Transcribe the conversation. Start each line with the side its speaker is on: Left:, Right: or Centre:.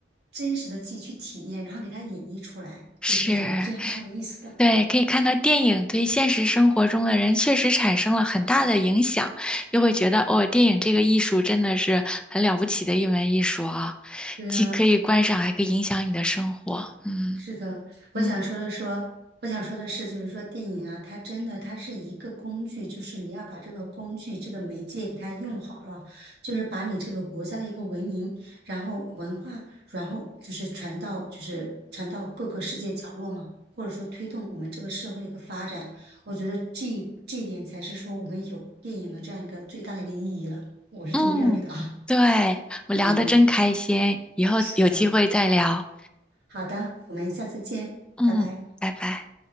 Right: 真实的自己去体验，然后给它演绎出来，
Centre: 是，
Right: 就这种，我觉得还蛮有意思的。
Centre: 对，可以看到电影对现实生活中的人确实产生了很大的影响，又会觉得哦，电影这个艺术真的是很了不起的一门艺术啊，
Right: 对啊，
Centre: 既可以观赏，还可以影响你的生活。嗯
Right: 是的，我想说的说，
Centre: 嗯。
Right: 我想说的是，就是说电影啊，它真的它是一个工具，就是你要把这个工具这个媒介给它用好了，就是把你这个国家的一个文明，然后文化，然后就是传到就是传到各个世界角落嘛，或者说推动我们这个社会的一个发展，我觉得这一这一点才是说我们有电影的这样一个最大的一个意义了，我是这么认为的啊，
Centre: 嗯，对，我聊得真开心，
Right: 你呢？
Centre: 以后有机会再聊。
Right: 是的，好的，我们下次见，
Centre: 嗯，
Right: 拜拜。
Centre: 拜拜。